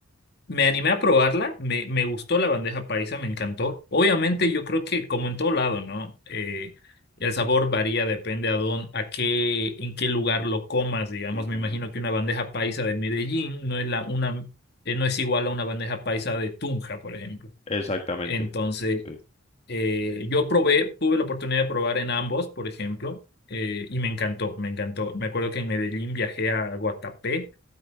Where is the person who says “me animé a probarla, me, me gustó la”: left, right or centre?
Left